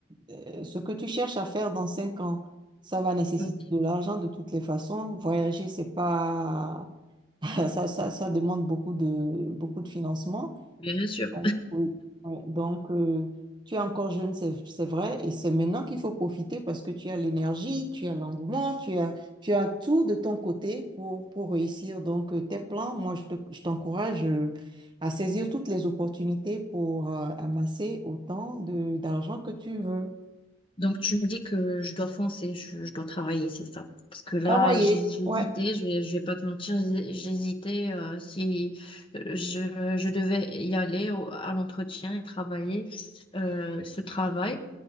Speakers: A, on the right; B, on the left.
A: euh, ce que tu cherches à faire dans cinq ans, ça va nécessiter
B: oui,
A: de l'argent de toutes les façons. Voyager, c'est pas, <laughs> ça, ça, ça demande beaucoup de, beaucoup de financement.
B: bien sûr.
A: Oui, oui, oui. Donc, euh, tu es encore jeune, c'est, c'est vrai, et c'est maintenant qu'il faut profiter parce que tu as l'énergie, tu as l'engouement, tu as, tu as tout de ton côté pour, pour réussir. Donc, euh, tes plans, moi, je te- je t'encourage euh, à saisir toutes les opportunités pour euh, amasser autant de, d'argent que tu veux.
B: Donc tu me dis que je dois foncer, je, je dois travailler, c'est ça. Parce que là,
A: Travailler,
B: j'ai j'ai
A: ouais.
B: hésité, je vais, je vais pas te mentir, j'ai j'ai hésité euh, si euh, je, je devais y aller au- à l'entretien et travailler euh, ce travail.